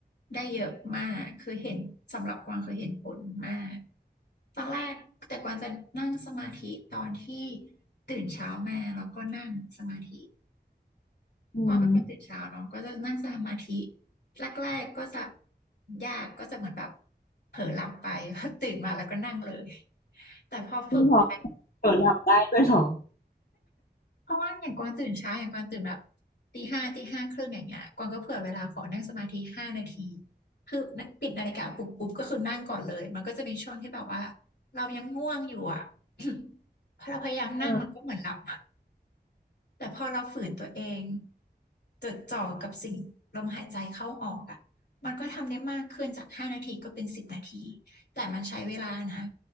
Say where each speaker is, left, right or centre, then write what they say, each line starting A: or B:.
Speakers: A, on the left; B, on the left.
A: ได้เยอะมากคือเห็นสำหรับกวางคือเห็นผลมากตอนแรกแต่กวางจะนั่งสมาธิตอนที่ตื่นเช้ามาแล้วก็นั่งสมาธิ
B: อืม
A: กวางเป็นคนตื่นเช้าเนาะก็จะนั่งสมาธิแรกๆก็จะยากก็จะเหมือนแบบเผลอหลับไป <laughs> พอตื่นมาแล้วก็นั่งเลยแต่พอฝึกไป
B: ซึ่งพอเผลอหลับได้ด้วยเหรอ
A: เพราะว่าอย่างกวางตื่นเช้าอย่างกวางตื่นแบบตีห้าตีห้าครึ่งอย่างเงี้ยกวางก็เผื่อเวลาขอนั่งสมาธิห้านาทีคือปิดนาฬิกาปลุกปุ๊บก็คือนั่งก่อนเลยมันก็จะมีช่วงที่แบบว่าเรายังง่วงอยู่อ่ะ <coughs> พอเราพยายามนั่งมันก็เหมือนหลับ
B: เออ
A: แต่พอเราฝืนตัวเองจดจ่อกับสิ่งลมหายใจเข้าออกอ่ะมันก็ทำได้มากขึ้นจากห้านาทีก็เป็นสิบนาทีแต่มันใช้เวลานะ